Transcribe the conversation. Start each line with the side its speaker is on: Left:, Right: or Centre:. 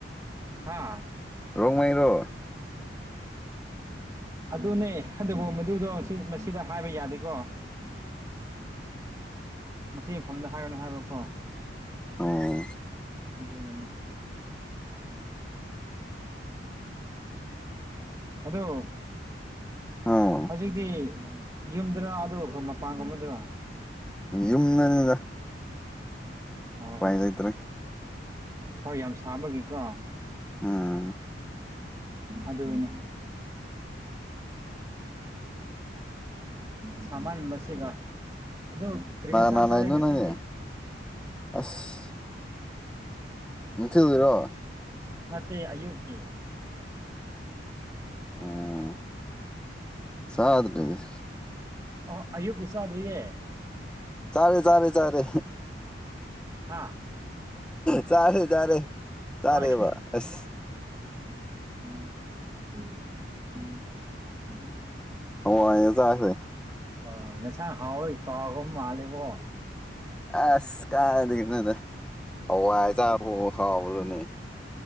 Right: ꯍꯥꯥ
Centre: ꯔꯣꯡꯃꯩꯔꯣ
Right: ꯑꯗꯨꯅꯦ ꯑꯗꯨꯕꯨ ꯃꯗꯨꯗꯣ ꯃꯁꯤꯗ ꯍꯥꯏꯕ ꯌꯥꯗꯦꯀꯣ
Centre: <inaudible>
Right: ꯃꯁꯤ ꯃꯐꯝꯗ ꯍꯥꯏꯒꯅꯨ ꯍꯥꯏꯕꯀꯣ
Centre: ꯑꯣ
Right: ꯑꯗꯨꯒꯤꯅꯤ ꯑꯗꯣ
Centre: ꯑꯣ
Right: ꯍꯧꯖꯤꯛꯇꯤ ꯌꯨꯝꯗꯨꯔ ꯑꯗꯨꯒ ꯑꯩꯣꯏ ꯃꯄꯥꯟꯒꯨꯝꯕꯗꯨꯔ
Centre: ꯌꯨꯝꯗꯅꯤꯅ
Right: ꯑꯣ
Centre: ꯂꯩꯇ꯭ꯔꯦ
Right: ꯍꯣꯏ ꯌꯥꯝ ꯁꯥꯕꯒꯤꯀꯣ
Centre: ꯑꯥ
Right: ꯑꯗꯨꯗꯅꯦ ꯁꯃꯥꯟꯒ ꯑꯗꯨ ꯀꯔꯤ ꯌꯦꯟꯁꯥꯡ
Centre: ꯅ
Right: ꯆꯥꯔꯦ
Centre: ꯂꯩꯅꯣ
Right: ꯉꯁꯤꯗꯤ
Centre: ꯅꯅꯦ ꯑꯁ ꯅꯨꯡꯊꯤ ꯑꯣꯏꯔꯣ
Right: ꯃꯠꯇꯦ ꯑꯌꯣꯀꯤꯦ
Centre: ꯎꯝ ꯁꯥꯠ ꯇꯒꯦ
Right: ꯑ ꯑꯌꯨꯀꯤꯁꯥꯗꯌꯦ
Centre: ꯆꯥꯔꯦ ꯆꯥꯔꯦ ꯆꯥꯔꯦ
Right: ꯍꯥꯥ
Centre: ꯆꯔꯦ ꯆꯥꯔꯦ ꯆꯔꯦ
Right: ꯍꯣꯏ
Centre: ꯋꯥ ꯑꯁ
Right: ꯎꯝ ꯎꯝ ꯎꯝ ꯎꯝ
Centre: ꯑꯣ ꯑꯩ ꯆꯁꯦ
Right: ꯑ ꯉꯁꯥꯡ ꯍꯥꯎꯏ ꯀꯥꯒꯨꯝ ꯃꯥꯂꯦꯕꯣ
Centre: ꯑꯁ ꯀꯥꯏꯗꯒꯤꯅꯣꯗ ꯍꯋꯥꯏꯖꯥꯕꯨ ꯍꯥꯎꯔꯨꯅꯦ